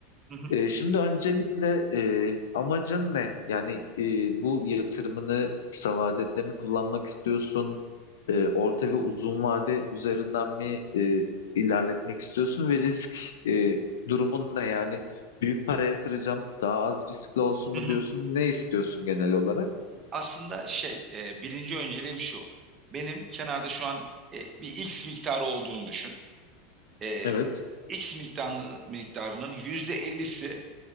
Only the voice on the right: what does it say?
Hı
hı.
aslında şey e, birinci önceliğim şu. Benim kenarda şu an e, bir X miktarı olduğunu düşün. E,
X miktarını, miktarının %50'si